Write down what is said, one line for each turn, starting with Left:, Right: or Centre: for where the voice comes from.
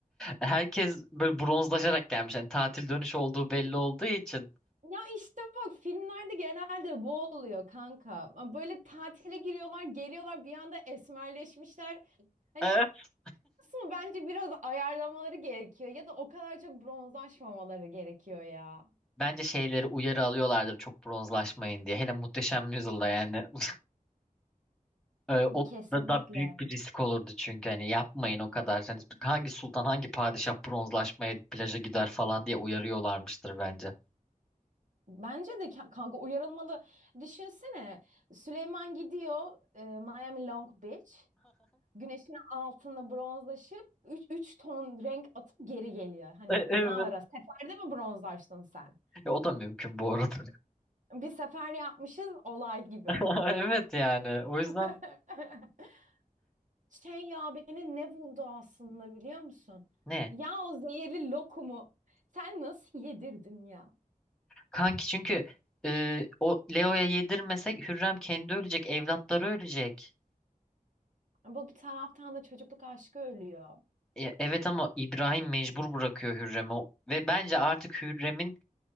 Centre: Herkes böyle bronzlaşarak gelmiş. Yani tatil dönüşü olduğu belli olduğu için.
Right: Ya işte bak filmlerde genelde bu oluyor kanka. Böyle tatile giriyorlar, geliyorlar bir anda esmerleşmişler. Hani
Centre: Evet.
Right: kısmı bence biraz ayarlamaları gerekiyor ya da o kadar çok bronzlaşmamaları gerekiyor ya.
Centre: Bence şeyleri uyarı alıyorlardır çok bronzlaşmayın diye. Hele Muhteşem Yüzyılda yani. <laughs> Ee, O
Right: Kesinlikle.
Centre: da, da büyük bir risk olurdu çünkü hani yapmayın o kadar. Hani hangi sultan hangi padişah bronzlaşmaya plaja gider falan diye uyarıyorlarmıştır bence.
Right: Bence de ka- kanka uyarılmalı. Düşünsene Süleyman gidiyor e, Miami Long Beach. güneşin altında bronzlaşıp üç üç ton renk atıp geri geliyor. Hani
Centre: E- evet.
Right: ne ara? Seferde mi bronzlaştın sen?
Centre: E, o da mümkün bu arada.
Right: Bir sefer yapmışız olay gibi.
Centre: <laughs> Evet yani o yüzden
Right: <laughs> Şey ya beni ne buldu aslında biliyor musun?
Centre: ne?
Right: Ya o zehirli lokumu sen nasıl yedirdin ya?
Centre: Kanki çünkü e, o Leo'ya yedirmesek Hürrem kendi ölecek, evlatları ölecek.
Right: Bu bir taraftan da çocukluk aşkı ölüyor.
Centre: E, Evet ama İbrahim mecbur bırakıyor Hürrem'i O- ve bence artık Hürrem'in